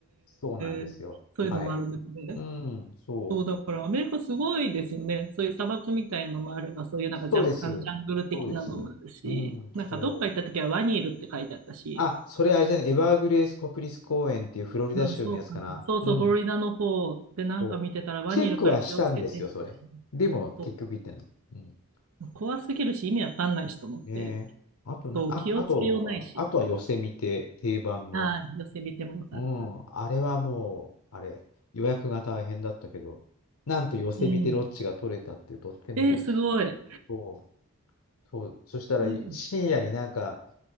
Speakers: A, on the left; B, on the right.
A: そうなんですよ。
B: え、そういうのもあるんですね。
A: はい。うん、そう。
B: そう、だからアメリカすごいですよね。そういう砂漠みたいなのもあれば、そういうなんか若干ジャングル的なのもあるし、
A: そうです。そうです。うん、
B: なんかどっか行った時はワニいるって書いてあったし、
A: そう。あ、それあれじゃない、エバーグレース国立公園っていうフロリダ州のやつかな。
B: なんかそうかな。そうそう、
A: うん、
B: フロリダの方でなんか見てたらワニいるから気をつけてみたいな。
A: そう。チェックはしたんですよ、それ。でも、
B: そ
A: 結局行ってない。うん。
B: う怖すぎるし意味わかんないしと思って、
A: ねえ。あとな、
B: そう、
A: あ、
B: 気をつけようないし。
A: あとは、あとは寄せ見て、定番の。
B: はい寄せ見てもよかった。
A: うん、あれはもう、あれ、予約が大変だったけど、なんと寄せ見てロッチが取れたってとっても嬉しい。
B: うん。えー、すごい。
A: そう、そう、そしたらい深夜になんか、
B: 怖い。